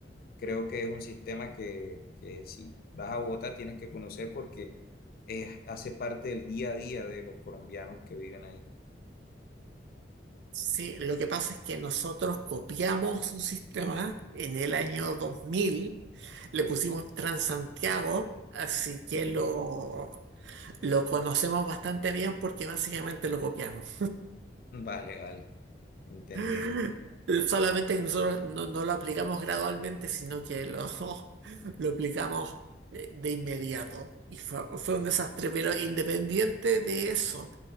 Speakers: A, on the left; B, on the right.
A: Creo que es un sistema que, que si vas a Bogotá tienes que conocer porque eh, hace parte del día a día de los colombianos que viven ahí.
B: Sí, lo que pasa es que nosotros copiamos un sistema en el año 2000, le pusimos Transantiago, así que
A: Ujú.
B: lo, lo conocemos bastante bien porque básicamente lo copiamos.
A: Vale, vale, entendido.
B: <laughs> Solamente que nosotros no, no lo aplicamos gradualmente, sino que lo, <laughs> lo aplicamos eh, de inmediato. Y fue, fue un desastre, pero independiente de eso.